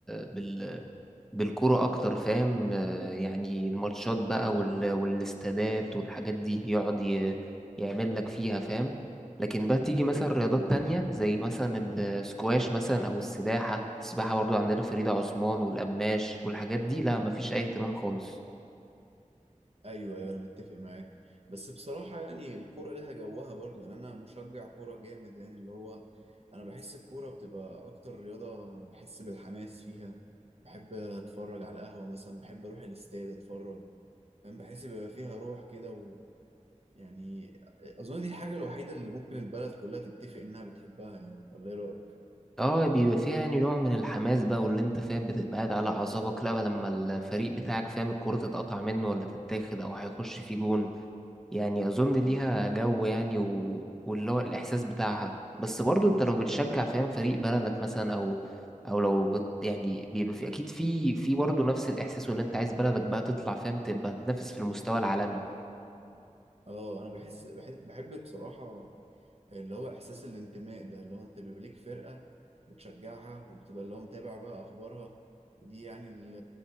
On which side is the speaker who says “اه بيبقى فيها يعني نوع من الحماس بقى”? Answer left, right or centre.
Centre